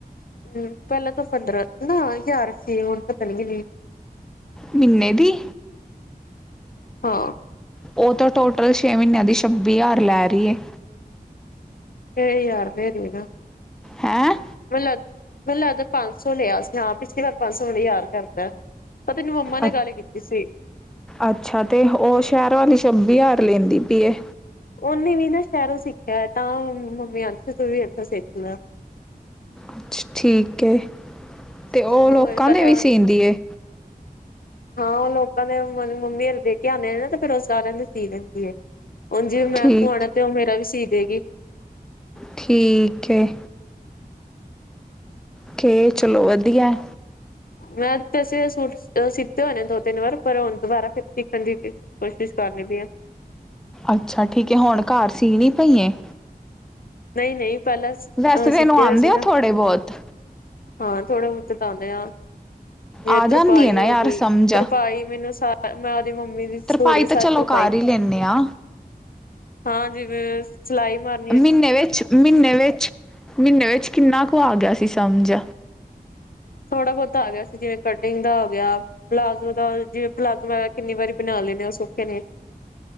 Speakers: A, on the left (about 65°); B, in the centre.
A: ਹਮ, ਪਹਿਲਾਂ ਤਾਂ ਪੰਦਰਾਂ ਨਾ ਹਜ਼ਾਰ ਸੀ, ਹੁਣ ਪਤਾ ਨੀ ਕਿੰਨ
B: ਮਿੰਨੇ ਦੀ?
A: ਹਾਂ।
B: ਉਹ ਤਾਂ ਟੋਟਲ, ਛੇ ਮਹੀਨਿਆਂ ਦੀ ਛੱਬੀ ਹਜ਼ਾਰ ਲੈ ਰਹੀ।
A: ਹਜਾਰ ਰੂਪਏ ਯਾਰ, ਰੁਪਏ ਦੇਣਾ।
B: ਹੈਂ
A: ਮੈਨੂੰ ਲੱਗਦਾ ਪੰਜ ਸੌ ਲਿਆ ਸੀ, ਹਾਂ ਪਿਛਲੀ ਵਾਰ ਪੰਜ ਸੌ, ਹੁਣ ਹਜਾਰ ਕਰਤਾ। ਪਤਾ ਨੀ, ਮੰਮਾ ਨੇ
B: ਅੱ
A: ਗੱਲ ਕੀਤੀ ਸੀ।
B: ਅੱਛਾ, ਤੇ ਉਹ ਸ਼ਹਿਰ ਵਾਲੀ ਛੱਬੀ ਹਜ਼ਾਰ ਲੈਂਦੀ ਪੀਏ।
A: ਉਹਨੇ ਵੀ ਨਾ ਸ਼ਹਿਰੋਂ ਸਿੱਖਿਆ, ਤਾਂ ਮੰਮੀ ਅਥੇ ਤੂੰ ਵੀ ਇੱਥੋਂ ਸਿੱਖ ਲੈ।
B: ਅੱਛਾ ਠੀਕ ਏ, ਤੇ ਉਹ
A: ਹਾਂ
B: ਲੋਕਾਂ
A: ਪਹਿਲਾਂ
B: ਦੇ ਵੀ ਸੀਂਦੀ ਏ?
A: ਹਾਂ ਉਹ ਲੋਕਾਂ ਦੇ, ਮਤਲ ਮੰਮੀ ਹਰ ਦੇ ਕੇ ਆਉਂਦੇ ਨੇ ਨਾ, ਤੇ ਫੇਿਰ ਉਹ ਸਾਰਿਆਂ ਦੀ ਸੀ ਲਿੰਦੀ ਹੈ। ਹੁਣ ਜੇ ਮੈਂ
B: ਠੀਕ
A: ਸਵਾਣਾ, ਤੇ ਉਹ ਮੇਰਾ ਵੀ ਸੀ ਦੇਗੀ।
B: ਠੀਕ ਹੈ। ਕਿ, ਚਲੋ ਵਧੀਆ।
A: ਮੈਂ ਤੇ ਸੂਟ ਸਿੱਤੇ ਹੋਣੇ ਦੋ ਤਿੰਨ ਵਾਰ, ਪਰ ਹੋਣ ਦੁਬਾਰਾ ਫਿਰ ਹਾਂਜੀ, ਕੋਸ਼ਿਸ਼ ਕਰਨੀ ਪਈ ਆ।
B: ਅੱਛਾ ਠੀਕ ਐ, ਹੁਣ ਘਰ ਸੀ ਨੀ ਪਈਏ?
A: ਨਹੀਂ ਨਹੀਂ, ਪਹਿਲਾਂ
B: ਵੈਸੇ
A: ਅਹ
B: ਤੈਨੂੰ
A: ਸੀਤੇ
B: ਆਉਂਦੇ
A: ਹੋਏ ਸੀ
B: ਆ
A: ਨਾ
B: ਥੋੜ੍ਹੇ ਬਹੁਤ
A: ਹਾਂ, ਥੋੜਾ ਬਹੁਤੇ ਤਾਂ ਆਉਂਦੇ ਆ, ਜਿਵੇ
B: ਆ
A: ਤਰਪਾਈ
B: ਜਾਂਦੀ ਹੈ ਨਾ
A: ਹੋ
B: ਯਾਰ
A: ਗਈ।
B: ਸਮਝ
A: ਤਰਪਾਈ ਮੈਨੂੰ ਸ, ਮੈਂ ਉਹਦੀ ਮੰਮੀ ਦੀ ਸੂਟ
B: ਤਰਪਾਈ
A: ਦੀ ਸਾਰੀ
B: ਤਾਂ ਚਲੋ
A: ਤਰਪ
B: ਕਰ ਹੀ ਲੈਂਦੇ ਹਾਂ।
A: ਹਾਂ, ਜਿਵੇਂ ਸਿਲਾਈ ਮਾਰ
B: ਮਹੀਨੇ ਵਿੱਚ, ਮਹੀਨੇ ਵਿੱਚ, ਮਹੀਨੇ ਵਿੱਚ ਕਿੰਨਾ ਕੁ ਆ ਗਿਆ ਸੀ ਸਮਝ?
A: ਥੋੜ੍ਹਾ ਬਹੁਤਾ ਆ ਗਿਆ ਸੀ, ਜਿਵੇਂ ਕਟਿੰਗ ਦਾ ਹੋ ਗਿਆ। ਪਲਾਜ਼ੋ ਦਾ, ਜਿਵੇਂ ਪਲਾਜੋ਼ ਮੈ ਕਿੰਨੀ ਵਾਰੀ ਬਣਾ ਲੈ ਨੇ, ਉਹ ਸੌਖੇ ਨੇ।